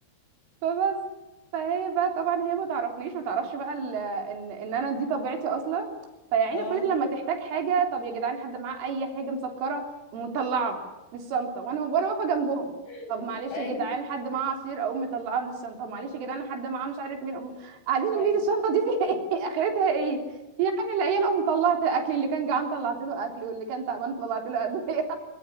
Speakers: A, on the right; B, on the left.
A: فبس فهي بقى طبعا هي ما تعرفنيش ما تعرفش بقى ال- ان ان انا دي طبيعتي اصلا فيعني
B: اه
A: كل لما تحتاج حاجه طب يا جدعان حد معاه اي حاجه مسكره مطلعه من الشنطه وانا وانا واقفه جنبهم
B: <laughs>
A: طب معلش
B: ايوه
A: يا جدعان حد معاه عصير اقوم مطلعاه من الشنطه طب معلش يا جدعان حد معاه مش عارف مين أقوم- قاعدين يقولوا
B: ايوه
A: لي الشنطه دي فيها ايه <laughs> اخرتها ايه يعني العيال قوم طلعت اكل اللي كان جعان طلعت له اكل واللي كان تعبان طلعت له ادويه